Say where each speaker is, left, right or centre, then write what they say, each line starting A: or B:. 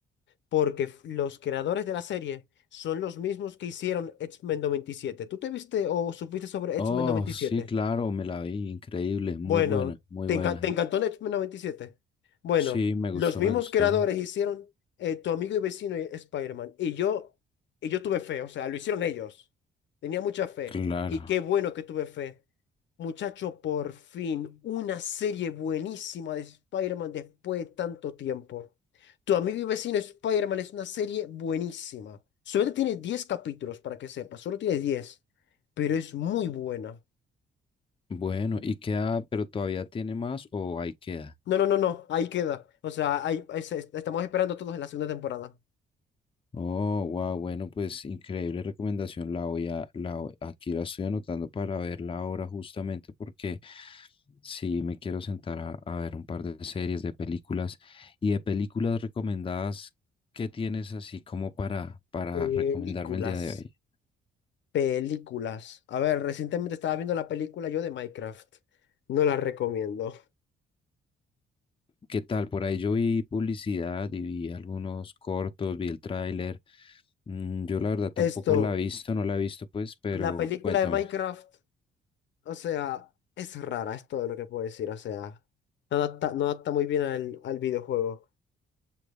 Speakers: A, on the left; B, on the left.
A: Porque f- los creadores de la serie son los mismos que hicieron X-Men 97. ¿Tú te viste o supiste sobre X-Men
B: Oh,
A: 97?
B: sí, claro, me la vi, increíble, muy
A: Bueno,
B: buena, muy
A: ¿te,
B: buena.
A: enca- te
B: y-
A: encantó X-Men 97? Bueno,
B: Sí, me
A: los
B: gustó,
A: mismos
B: me gustó.
A: creadores hicieron eh, Tu amigo y vecino y Spider-Man. Y yo, y yo tuve fe, o sea, lo hicieron ellos. Tenía mucha fe.
B: Claro.
A: Y qué bueno que tuve fe. Muchacho, por fin, una serie buenísima de Spider-Man después de tanto tiempo. Tu amigo y vecino Spider-Man es una serie buenísima. Solo tiene 10 capítulos, para que sepas, solo tiene 10, pero es muy buena.
B: Bueno, ¿y queda, pero todavía tiene más o ahí queda?
A: No, no, no, no, ahí queda. O sea, ahí, ese- estamos esperando todos en la segunda temporada.
B: Oh, wow, bueno, pues increíble recomendación. La voy a, la, voy- aquí la estoy anotando para verla ahora justamente porque sí me quiero sentar a, a ver un par de series, de películas y de películas recomendadas. ¿Qué tienes así como para, para
A: Películas,
B: recomendarme el día de hoy?
A: películas. A ver, recientemente estaba viendo la película yo de Minecraft. No la recomiendo.
B: ¿Qué tal? Por ahí yo vi publicidad y vi algunos cortos, vi el tráiler. Mm, Yo la verdad tampoco
A: Esto,
B: la he visto, no la he visto pues, pero
A: la película
B: cuéntame.
A: de Minecraft, o sea, es rara, es todo lo que puedo decir. O sea, no adapta, no adapta muy bien al, al videojuego.